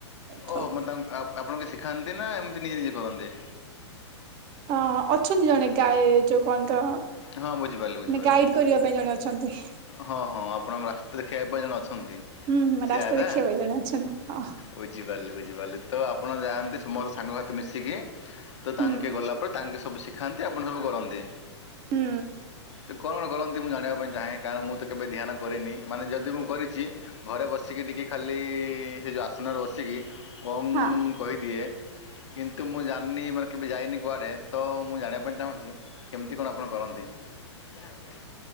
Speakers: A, on the right (about 30°); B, on the left (about 75°).
A: କରିଥାଉ।
B: ଓହ ମ ତା ଆପଣଙ୍କ ଶିଖାନ୍ତି ନା ଏମିତି ନିଜେ ନିଜେ କରନ୍ତି।
A: ହଁ ଅଛନ୍ତି ଜଣେ ଗାଏ ଯୋଉ କଣ ତ ମାନେ
B: ହଁ ବୁଝିପାରିଲି ବୁଝିପାରିଲି
A: ଗାଇଡ କରିବା ପାଇଁ ଜଣେ ଅଛନ୍ତି।
B: ହଁ ହଁ ଆପଣଙ୍କ ରାସ୍ତା ଦେଖେଇବା ପାଇଁ ଜଣେ ଅଛନ୍ତି
A: ହୁଁ ହୁଁ
B: ସେୟା
A: ରାସ୍ତା
B: ନା।
A: ଦେଖିବା ପାଇଁ ଜଣେ ଅଛନ୍ତି ହଁ
B: ବୁଝିପାରିଲି ବୁଝିପାରିଲି ତ ଆପଣ ଯାଆନ୍ତି ତୁମୋର ସାଙ୍ଗସାଥି ମିଶିକି ତ
A: ହୁଁ।
B: ତାଙ୍କେ ଗଲା ପରେ ତାଙ୍କେ ସବୁ ଶିଖାନ୍ତି ଆପଣ ସବୁ କରନ୍ତି।
A: ହୁଁ।
B: ସେ କଣ କଣ କରନ୍ତି ମୁଁ ଜାଣିବା ପାଇଁ ଚାହେଁ କାରଣ ମୁଁ ତ କେବେ ଧ୍ୟାନ କରିନି ମାନେ ଯଦି ମୁଁ କରିଛି ଘରେ ବସିକି ଟିକେ ଖାଲି ସେ ଯୋଉ ଆସନରେ ବସିକି ଓମ୍
A: ହଁ।
B: କହିଦିଏ କିନ୍ତୁ ମୁଁ ଜାଣିନି ମାନେ କେବେ ଯାଇନି କୁଆଡ଼େ ତ ମୁଁ ଜାଣିବା ପାଇଁ ଚାହୁଁଛି। କେମିତି କଣ ଆପଣ କରନ୍ତି? ଆଜ୍ଞା ଆଜ୍ଞା।